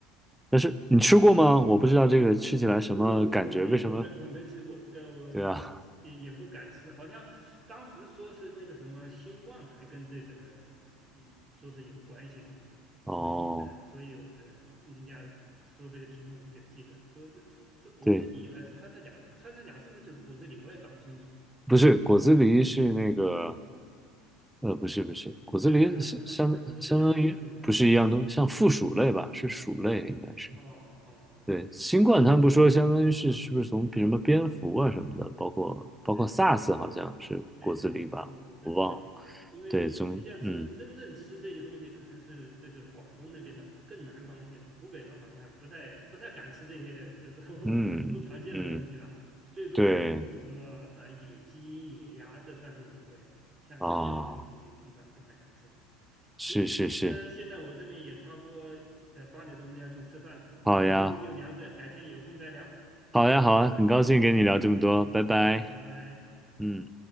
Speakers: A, in the centre; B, on the right (about 25°).
A: 但是你吃过吗？我不知道这个吃起来什么感觉，
B: 呀我我我我没我没我没吃过，
A: 为什么？
B: 呃，我
A: 对啊，
B: 也也不敢吃，好像当时说是那个什么新冠还跟这个呃说是有关系嘛，所以呃，
A: 哦，
B: 所以呃，人家说这个题目我就记得，说是是国之礼还是穿山甲，
A: 对，
B: 穿山甲是不是就是国之礼，我也搞不清楚。
A: 不是果子狸是那个，呃，不是不是，果子狸相相相当于不是一样东，
B: 还还还还还不是一样的东西是吧？
A: 像附属类吧，是鼠类应该是。
B: 哦哦哦，
A: 对，新冠他们不说，相当于是是不是从比什么蝙蝠啊什么的，
B: 嗯，
A: 包括包括
B: 对
A: SARS 好像是果子狸吧，
B: 对对对，什么果子狸这里，
A: 我忘了。
B: 因为实际上是真正吃这些东西，
A: 对，从嗯
B: 可能是这个广东那边的更南方一些的，湖北人好像还不太不太敢吃这些，就是说
A: 嗯嗯，
B: <laughs> 不常见的东西了，最多是吃什么呃野鸡、
A: 对
B: 野鸭，这算是野味了。像像这种东西一一般不太敢吃的。
A: 啊，
B: 行，
A: 是是是，
B: 那现在我这边也差不多呃八点钟要去吃饭了，
A: 好呀，
B: 我们今天就聊这，改天有空再聊。
A: 好呀，好啊，
B: 啊，
A: 很高兴跟你聊这么多，
B: 好好，嗯，好好，
A: 拜拜。
B: 嗯，拜拜。
A: 嗯。